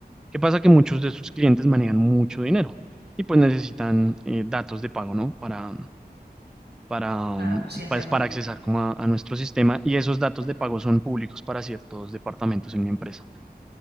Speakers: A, in the centre; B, on the right.
A: ¿Qué pasa? Que muchos de sus clientes manejan mucho dinero y pues necesitan eh, datos de pago, ¿no? Para, para,
B: claro,
A: mm,
B: sí entiendo.
A: pues, para accesar como a, a nuestro sistema y esos datos de pago son públicos para ciertos departamentos en mi empresa.